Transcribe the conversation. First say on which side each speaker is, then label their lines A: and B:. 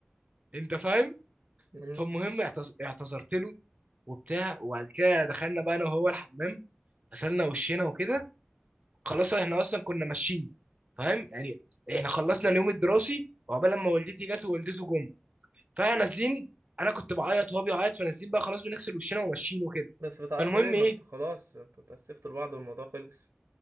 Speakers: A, on the right (about 35°); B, on the right (about 85°).
A: انت فاهم
B: مم.
A: فالمهم اعتذ... اعتذرت له وبتاع وبعد كده دخلنا بقى انا وهو الحمام غسلنا وشينا وكده خلاص احنا اصلا كنا ماشيين فاهم يعني احنا خلصنا اليوم الدراسي وعقبال لما والدتي جت ووالدته جم فاحنا نازلين انا كنت بعيط وهو بيعيط فنازلين بقى خلاص بنغسل وشنا وماشيين وكده
B: بس بتعيطوا
A: فالمهم
B: ليه ما
A: ايه
B: انت خلاص انتوا اتأسفتوا لبعض والموضوع خلص